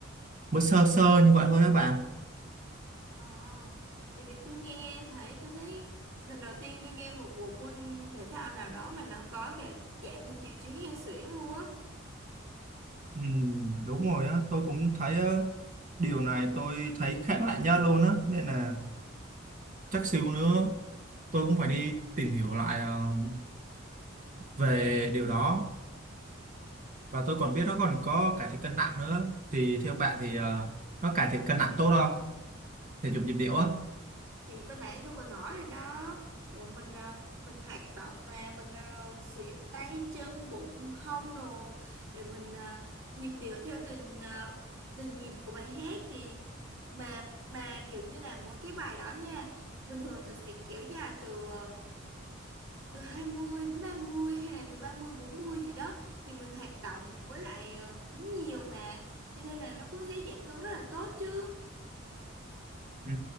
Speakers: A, on the right; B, on the right.
A: mới sơ sơ như vậy thôi các bạn.
B: Ờ, tại vì tôi nghe thấy tôi thấy lần đầu tiên tôi nghe một bộ môn thể thao nào đó mà nó có cả giảm được triệu chứng hen suyễn luôn á.
A: Ừ, đúng rồi á, tôi cũng thấy ờ, điều này tôi thấy khác lạ nhất luôn á, nên là chắc xíu nữa tôi cũng phải đi tìm hiểu lại ờ, về điều đó và tôi còn biết nó còn có cải thiện cân nặng nữa thì theo bạn thì ờ, nó cải thiện cân nặng tốt không thể dục nhịp điệu á
B: thì cái nãy tôi còn nói rồi đó thì bọn mình à, mình hoạt động mà mình à, sử dụng tay chân bụng hông đồ để mình à, nhịp điệu theo từng à, từng nhịp của bài hát thì mà mà kiểu như là mỗi cái bài đó nha bình thường thì sẽ kéo dài từ à, từ 20 đến ba mươi hay là từ ba mươi bốn mươi gì đó thì mình hoạt động với lại à, cũng nhiều mà cho nên là nó cũng sẽ giảm cân rất là tốt chứ
A: ừ,